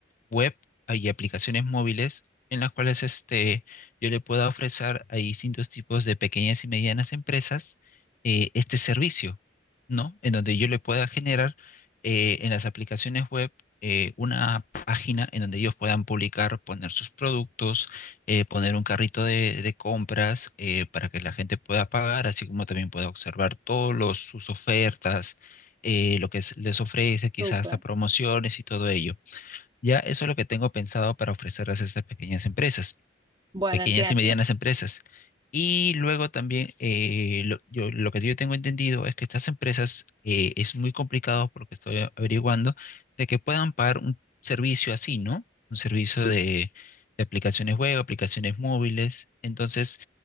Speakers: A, on the left; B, on the right.
A: web ah, y aplicaciones móviles en las cuales este, yo le pueda ofrecer a distintos tipos de pequeñas y medianas empresas eh, este servicio, ¿no? En donde yo le pueda generar eh, en las aplicaciones web eh, una página en donde ellos puedan publicar, poner sus productos, eh, poner un carrito de, de compras eh, para que la gente pueda pagar, así como también pueda observar todos los, sus ofertas, eh, lo que es- les ofrece, quizás
B: Súper.
A: hasta promociones y todo ello. Ya eso es lo que tengo pensado para ofrecerles a estas pequeñas empresas,
B: Bueno,
A: pequeñas
B: entiendo.
A: y medianas empresas. Y luego también eh, lo, yo- lo que yo tengo entendido es que estas empresas eh, es muy complicado porque estoy a- averiguando de que puedan pagar un servicio así, ¿no? Un servicio de, de aplicaciones web, aplicaciones móviles. Entonces,